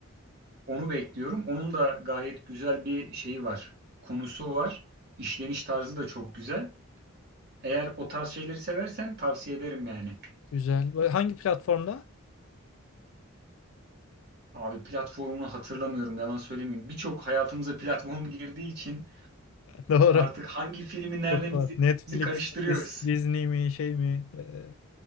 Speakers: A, on the right (about 45°); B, on the left (about 70°).
A: Onu bekliyorum. Onun da gayet güzel bir şeyi var. Konusu var. İşleniş tarzı da çok güzel. Eğer o tarz şeyleri seversen tavsiye ederim yani.
B: güzel. Böyle Hangi platformda?
A: Abi platformunu hatırlamıyorum yalan söylemeyeyim. Birçok hayatımıza platform girdiği için
B: <laughs> Doğru.
A: artık hangi filmi nereden
B: Çok var.
A: izlediğimizi
B: Netflix
A: karıştırıyoruz.
B: mi, Dis- Disney mi, şey mi, eee,